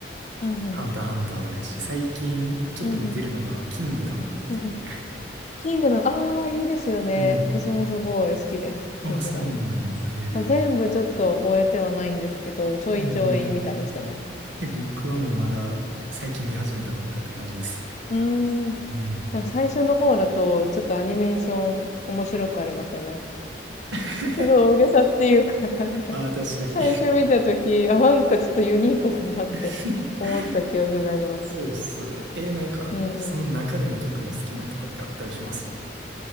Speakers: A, on the left; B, on the right.
A: うんふん。
B: ハンターハンターもやし、最近ちょっと見てるのが、
A: うんふん。
B: キングダムも見てる。
A: うんふん。キングダム、ああ、いいですよね。
B: うん。
A: 私もすごい好きです。
B: あ、
A: キングダム。
B: そうなんや。へえ。
A: 全部ちょっと終えてはないんですけど、ちょいちょい見たりしてます。
B: うんうん。え、僕はもうまだ最近見始めたばっかって感じです。
A: うーん。
B: うん。
A: なんか最初の方だと、ちょっとアニメーション面白くありますね。なんか、
B: <laughs>
A: すごい大げさっていうか、なんだろう。
B: ああ、確かに。
A: 最初見たとき、あ、なんかちょっとユニークだなって思った記憶があります。
B: <laughs> そうっすね。え、なんか、
A: うんう
B: その中でも特に好きなのとかってあったりします